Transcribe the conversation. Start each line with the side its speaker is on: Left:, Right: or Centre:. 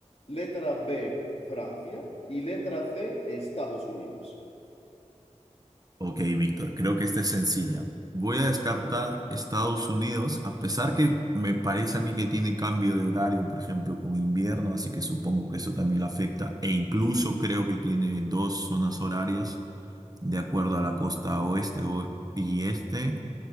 Left: letra B, Francia y letra C, Estados Unidos.
Right: Ok, Víctor, creo que esta es sencilla. Voy a descartar Estados Unidos, a pesar que me parece a mí que tiene cambio de horario, por ejemplo, con invierno, así que supongo que eso también lo afecta, e incluso creo que tiene dos zonas horarias de acuerdo a la costa oeste o- y este.